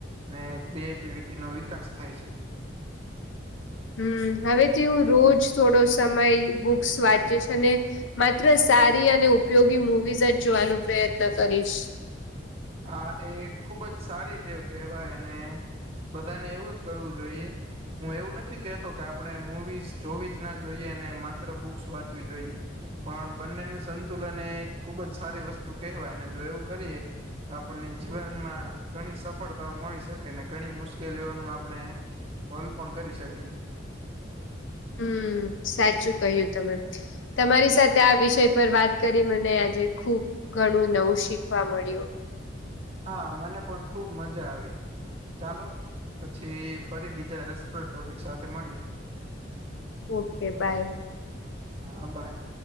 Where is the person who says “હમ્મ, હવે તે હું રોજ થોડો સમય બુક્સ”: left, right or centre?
Left